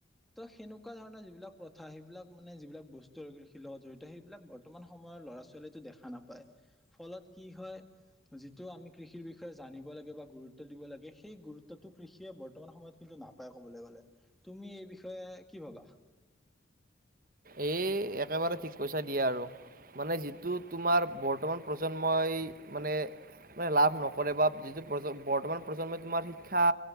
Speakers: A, in the centre; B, on the right.
A: সেনেকুৱা ধৰণৰ যিবিলাক প্ৰথা সেইবিলাক মানে যিবিলাক বস্তু কৃষিৰ লগত জড়িত, সেইবিলাক বৰ্তমান সময়ৰ ল'ৰা ছোৱালী দেখা নাপায়। ফলত কি হয়, যিটো আমি কৃষিৰ বিষয়ে জানিব লাগে বা গুৰুত্ব দিব লাগে। সেই গুৰুত্বটো কৃষিয়ে বৰ্তমান সময়ত কিন্তু নাপায় কবলৈ গ'লে। তুমি এই বিষয়ে কি ভাবা?
B: এই একেবাৰে ঠিক কৈছা দিয়ে আৰু। মানে যিটো তোমাৰ বৰ্তমান প্ৰজন্মই মানে মানে লাভ নক কৰে বা যিটো বৰ্তমান প্ৰজন্মই তোমাৰ শিক্ষা